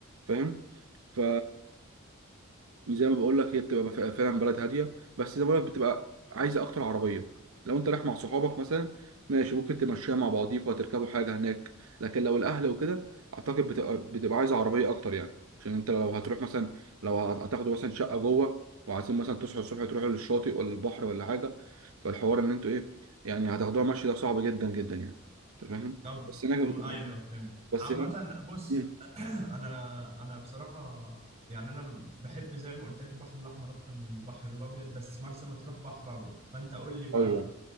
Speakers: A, on the right; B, on the right.
A: فاهم ف زي ما بقول لك هي بتبقى ف- فعلا بلد هاديه بس زي ما بقول لك بتبقى عايزه اكتر عربيه لو انت رايح مع صحابك مثلا ماشي ممكن تمشيها مع بعضيكوا وتركبوا حاجه هناك لكن لو الاهل وكده اعتقد بتبقى بتبقى عايزه عربيه اكتر يعني عشان انت لو هتروح مثلا لو هت- هتاخدوا مثلا شقه جوه وعايزين مثلا تصحوا الصبح تروحوا للشاطئ ولا البحر ولا حاجه فالحوار ان انتوا ايه يعني هتاخدوها مشي ده صعب جدا جدا يعني انت فاهم
B: طب
A: بس هناك
B: ايوه فهمت
A: بس
B: عامة
A: هناك
B: بص
A: مم.
B: <clears throat> انا انا بصراحة يعني انا بحب زي ما قلت لك البحر الاحمر اكتر من البحر الابيض بس مرسى مطروح بحر ابيض فانت قول لي بقى
A: ايوه